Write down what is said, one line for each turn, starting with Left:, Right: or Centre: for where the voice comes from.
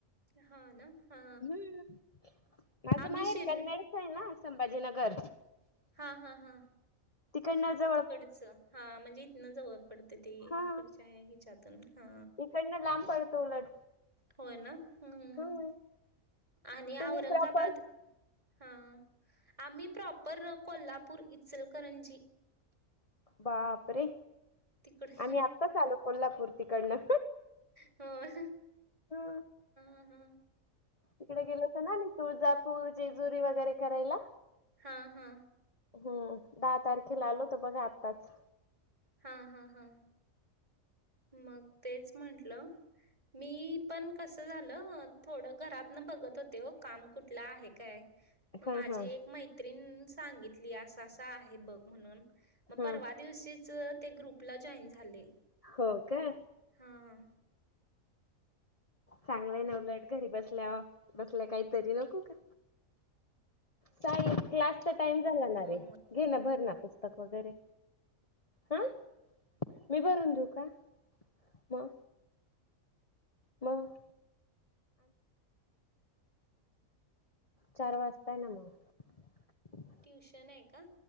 Right: हा ना हा
Left: हम्म माझं
Right: आम्ही
Left: माहेर
Right: शिर
Left: कन्नइ. इथच आहे ना संभाजीनगर.
Right: हा हा हा
Left: तिकडन जर
Right: तिकडचं हा म्हणजे इथनं जवळ पडतय ते इकडचं
Left: हा
Right: हे हेच्यातून हा
Left: इकडनं लांब पडतो उलट
Right: होय ना हम्मआणि
Left: हम्म तुम्ही
Right: औरंगाबाद
Left: प्रॉपर
Right: हा आम्ही प्रॉपर कोल्हापूर इचलकरंजी
Left: बापरे
Right: तिकडे
Left: आम्ही आत्ताच आलो कोल्हापूर तिकडनं
Right: होय
Left: हा
Right: हा
Left: तिकडे गेल होत ना मी तुळजापूर, जेजुरी वगैरे करायला.
Right: हा हा.
Left: हो. दहा तारखेला आलो तर बघा आत्ताच.
Right: हा हा हा. मग तेच म्हटलं, मी पण कस झालं अ थोडं घरातन बघत होते. ओ काम कुठला आहे काय मग
Left: हा
Right: माझी
Left: हा
Right: एक मैत्रिण सांगितली अस अस आहे बघ. म्हणून
Left: हा
Right: परवा, दिवशीच ते ग्रुपला जॉईन झाले.
Left: हो काय.
Right: हा हा.
Left: चांगलंय ना उलट घरी बसल्या बसल्या काहीतरी नको का. साई क्लासचा टाइम झाला ना
Right: फोनवर
Left: रे. घेणा भर ना पुस्तक वगैरे हा. मी भरून देऊ का मग? मगं. चार वाजताय ना मग.
Right: ट्युशन का?